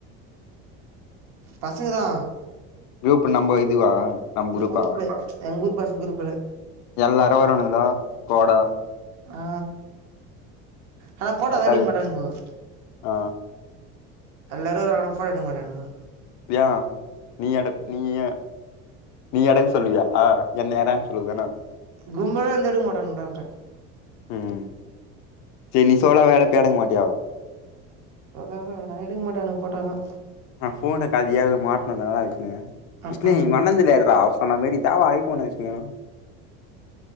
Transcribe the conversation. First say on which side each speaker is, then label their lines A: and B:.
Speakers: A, on the right; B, on the left.
A: பசங்க தா.
B: ரூப்பு நம்ப இ இதுவா நம் குரூப்பா.
A: குரூப்ல எங்க குரூப் பசங்க குருப்புல
B: எல்லாரு வராணுங்களா. கோடா.
A: ஆ ஆனா போட்டா
B: அதா
A: தா எடுக்க மாட்டானுங்கோ உம்.
B: ஆ
A: எல்லாரு ஃபோட்டா எடுக்க மாட்டானுங்கோ.
B: யா நீயாடா நீயா நீ எடக்க சொல்லுவியா. அ என்ன <unintelligible> சொல்லுவதான்ன.
A: கும்பலா வந்து எடுக்க மாட்டன்றா <unintelligible>
B: உம் செரி நீ சோலா வேல தேட மாட்ட. டியா
A: சோளோவா அது எடுக்க மாட்டானுங்க போட்டா எல்லா
B: ஆ ஃபோனுக்கு <unintelligible> <unintelligible>
A: ம்
B: இஷ்லி
A: ம்
B: உங்கண்ணன்துல எடுடா சொன்ன மாரி தாவா ஐபோனு வச் <unintelligible>